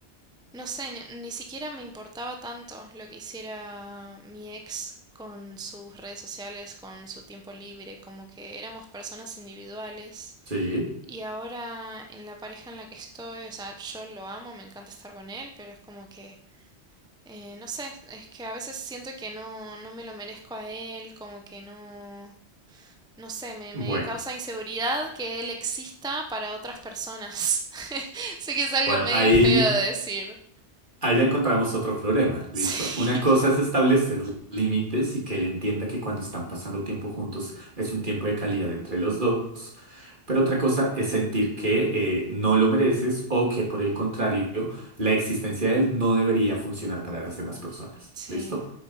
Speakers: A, in the centre; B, on the right.
A: No sé, ni, ni siquiera me importaba tanto lo que hiciera mi ex con sus redes sociales, con su tiempo libre, como que éramos personas individuales.
B: Sí.
A: Y ahora en la pareja en la que estoy, o sea, yo lo amo, me encanta estar con él, pero es como que, eh, no sé, es que a veces siento que no, no me lo merezco a él, como que no, no sé, me,
B: Bueno.
A: me causa inseguridad que él exista para otras personas. <laughs> Sé que es algo
B: Bueno,
A: medio
B: ahí,
A: feo de decir.
B: ahí ya encontramos otro problema,
A: <laughs>
B: ¿listo? Una cosa
A: Sí.
B: es establecer límites y que él entienda que cuando están pasando tiempo juntos es un tiempo de calidad entre los dos, pero otra cosa es sentir que eh, no lo mereces o que por el contrario, la existencia de él no debería funcionar para las demás personas,
A: Sí,
B: ¿listo?